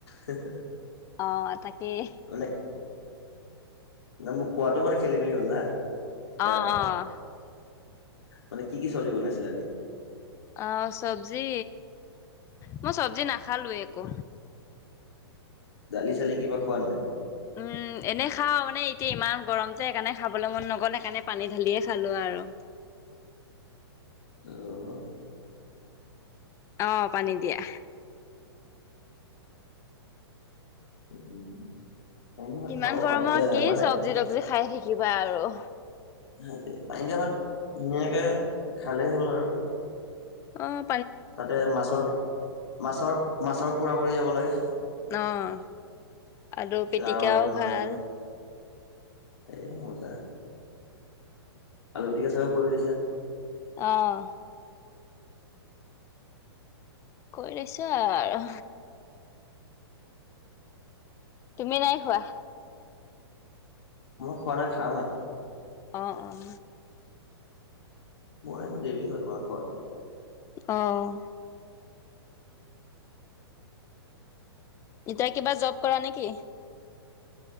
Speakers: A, on the left; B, on the left.
A: <unintelligible>
B: অহ, তাকেই।
A: মানে ন' মোক কোৱাটো মানে খেলি -মেলি হ'ল না।
B: অ',
A: সেইকাৰণে
B: - অ',
A: মানে কি -কি চব্জি বনাইছিলা এনে
B: আহ চব্জি মই চব্জি নাখালোৱে একো।
A: দালি চালি কিবা খোৱা নে নাই।
B: উম, এনে খাও মানে এতিয়া ইমান গৰম যে সেইকাৰণে খাবলে মন নগ'ল সেইকাৰণে পানী ঢালিয়ে খালো আৰু আৰু
A: অহ
B: অহ, পানী দিয়া।
A: <unintelligible> ভাত
B: ইমান
A: খাব
B: গৰমত
A: পাৰি এ
B: কি
A: মানে
B: চব্জি -তব্জি খাই থাকিবা আৰু।
A: সেইটোৱে পানী দিয়া ভাত ধুনীয়াকে খালেই হ'ল আৰু।
B: অহ
A: তাতে মাছৰ- মাছৰ -মাছৰ পোৰা পৰি যাব লাগে
B: অহ, আলু পিটিকাও
A: তাৰ আৰু একো নালাগে
B: ভাল।
A: আৰু এ মজা। আলু -পিটিকা চাগে কৰি লৈছা?
B: অহ কৰি লৈছে আৰু তুমি নাই খোৱা
A: মই খোৱা নাই খাম হে।
B: অঁ অঁ
A: মোৰ এনেও দেৰি হয় তোমাৰ খোৱাত।
B: অহ এতিয়া কিবা জব কৰা নেকি